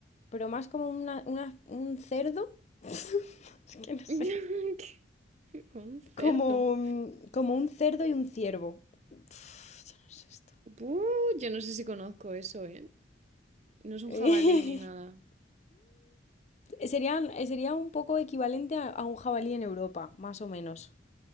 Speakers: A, on the left; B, on the right.
A: pero más como una, una- un cerdo. <laughs> Es que
B: <laughs>
A: no sé.
B: ¿Qué? Como un cerdo.
A: Como, mm, como un cerdo y un ciervo. Uf, yo no sé esto.
B: Buh, yo no sé si conozco eso, ¿eh? No es un
A: <laughs>
B: jabalí ni nada.
A: Mm, serían, sería un poco equivalente a a un jabalí en Europa, más o menos.